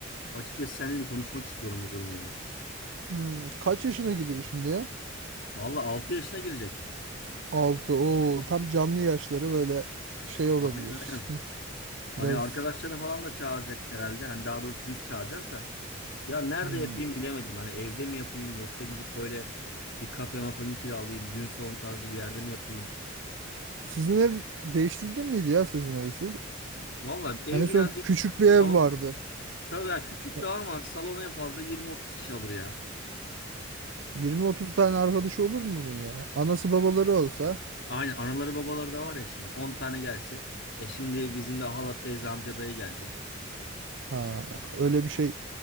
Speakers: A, on the left (about 60°); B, on the right (about 65°).
A: açıkçası seninle konuşmak istiyorum bu durumu ya.
B: Hmm, kaç yaşına giriyor şimdi ya?
A: Valla 6 yaşına girecek.
B: Altı Oo tam canlı yaşları böyle şey olabilir.
A: Aynen aynen. Hani
B: Biraz
A: arkadaşları falan da çağıracak herhalde. Hani daha doğrusu biz çağıracağız da. Ya nerede
B: hmm.
A: yapayım bilemedim. Hani evde mi yapayım yoksa gidip böyle bir kafe mafa mı kiralayayım, düğün salonu tarzı bir yerde mi yapayım?
B: Sizin ev değiştirdin miydi ya sizin evi siz?
A: Vallahi ev
B: En
A: birazcık
B: son küçük
A: salon
B: bir ev vardı.
A: tabii ya küçük
B: E,
A: daha ama salon en fazla 20-30 kişi alır ya.
B: 20-30 tane arkadaşı olur mu bunun ya? Anası babaları olsa
A: Aynen anaları babaları da var ya şimdi 10 tane gelse. E şimdi bizim de hala teyze amca dayı gelecek.
B: ha, öyle bir şey.